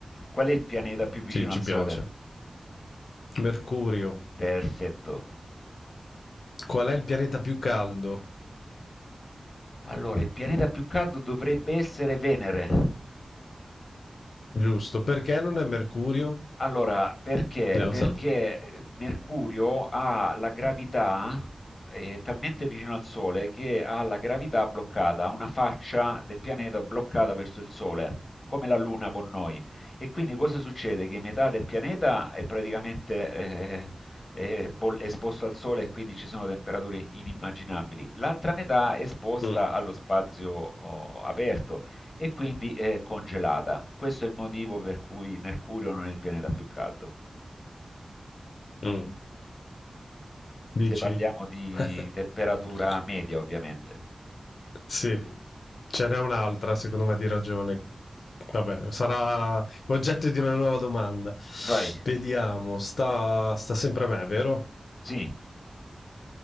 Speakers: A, on the left; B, on the left.
A: qual è il pianeta più vicino
B: Sì, ci
A: al Sole?
B: piace. Mercurio.
A: Perfetto.
B: Qual è il pianeta più caldo?
A: Allora, il pianeta più caldo dovrebbe essere Venere.
B: Giusto. Perché non è Mercurio?
A: Allora, perché?
B: Vediamo
A: Perché
B: se la...
A: Mercurio ha la gravità, è talmente vicino al Sole che ha la gravità bloccata, ha una faccia del pianeta bloccata verso il Sole, come la Luna con noi. E quindi cosa succede? Che metà del pianeta è praticamente eh, è boll- esposto al Sole e quindi ci sono temperature inimmaginabili. L'altra metà è esposta
B: Mm,
A: allo spazio oh, aperto e quindi è congelata. Questo è il motivo per cui Mercurio non è il pianeta più caldo.
B: mm. Dici?
A: Se parliamo di
B: <laughs>
A: temperatura media, ovviamente.
B: Sì, ce n'è un'altra secondo me di ragione. Vabbè, sarà oggetto di una nuova domanda.
A: Vai.
B: Vediamo, sta, sta sempre a me, vero?
A: Sì.